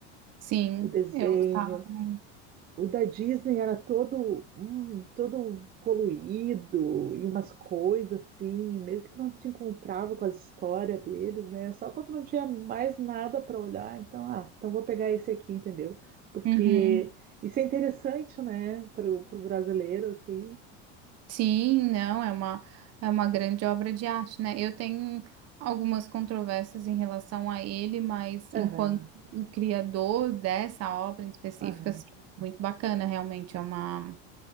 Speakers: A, on the right; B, on the right.
A: Sim,
B: O desenho,
A: eu gostava também.
B: o da Disney era todo, hum, todo poluído e umas coisas assim, mesmo que tu não te encontrava com a história deles, né? Só quando não tinha mais nada para olhar, então, ah, então vou pegar esse aqui, entendeu? Porque
A: Uhum.
B: isso é interessante, né, pro, pro brasileiro, assim.
A: Sim, não, é uma, é uma grande obra de arte, né? Eu tenho algumas controvérsias em relação a ele, mas
B: Aham,
A: enquanto o criador dessa obra em específico,
B: aham.
A: assim, muito bacana, realmente, é uma...